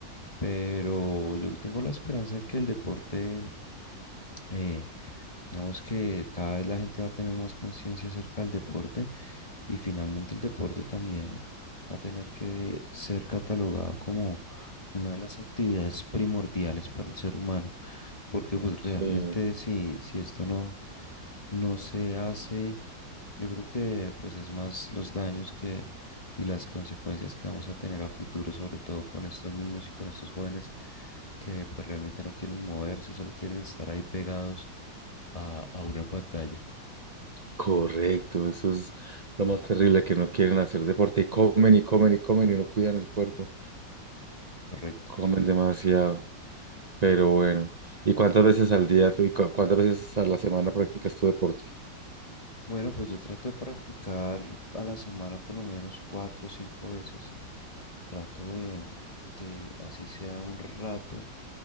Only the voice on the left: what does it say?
Pero yo tengo la esperanza de que el deporte, eh, digamos que cada vez la gente va a tener más conciencia acerca del deporte y finalmente el deporte también va a tener que ser catalogado como una de las actividades primordiales para el ser humano, porque pues realmente
si, si esto no, no se hace, yo creo que pues es más los daños que y las consecuencias que vamos a tener a futuro, sobre todo con estos niños y con estos jóvenes que pues realmente no quieren moverse, solo quieren estar ahí pegados a, a una pantalla.
Correcto.
Bueno, pues yo trato de practicar a la semana por lo menos cuatro o cinco veces. Trato de, de, así sea un rato,